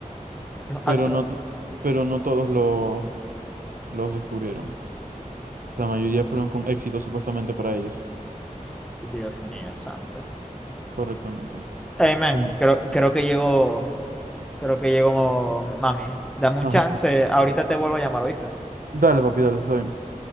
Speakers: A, in the centre; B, on the right.
A: los actos.
B: Pero no, pero no todos los, los descubrieron. La mayoría fueron con éxito supuestamente para ellos,
A: Dios mío, santo.
B: correctamente.
A: Hey, man,
B: Como,
A: creo, creo que llegó, creo que llegó mami. Dame un
B: ajá.
A: chance, ahorita te vuelvo a llamar, ¿oíste?
B: Dale, papi, dale, está bien.